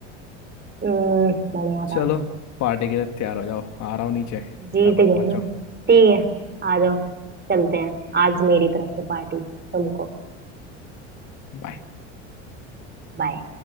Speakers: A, on the right; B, on the left.
A: हम्म बढ़िया
B: चलो
A: था
B: पार्टी के लिए तैयार हो जाओ आ रहा हूँ नीचे फटाफट
A: जीत गए
B: पहुंचो
A: ना ठीक है आ जाओ चलते हैं आज मेरी तरफ से पार्टी तुमको
B: बाय
A: बाय